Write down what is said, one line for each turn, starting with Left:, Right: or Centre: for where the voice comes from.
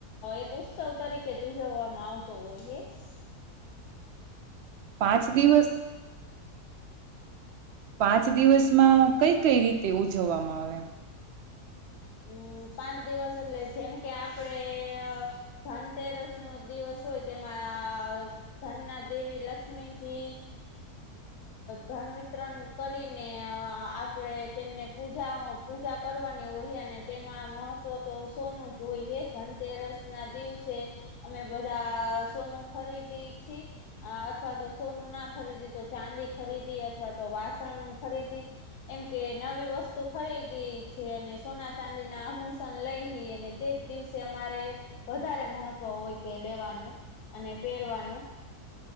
Left: એક ઉત્સવ તરીકે જ ઉજવવામાં આવતો હોય હ.
Right: પાંચ દિવસ પાંચ દિવસમાં કઈ કઈ રીતે ઉજવવામાં આવે.
Left: હમ પાંચ દિવસ એટલે જેમ કે આપડે ધનતેરસનો દિવસ હોય તેમાં ધનના દેવી લક્ષ્મીજી ધન વિતરણ કરીને આપડે તેમને પૂજા પૂજા કરવાની હો. તેમાં મહત્વ તો સોનું જ હોય હ ધનતેરસના દિવસે અમે બધા સોનું ખરીદી છીએ અથવા તો સોનુંના ખરીદી તો ચાંદી ખરીદી અથવા તો વાસણ ખરીદી એમ કે નવી વસ્તુ ખરીદી છીએ અને સોના. ચાંદીના આભૂષણ લઈ અને તે જ દિવસે અમારે વધારે મહત્વ હોય તે લેવાનું અને પહેરવાનું.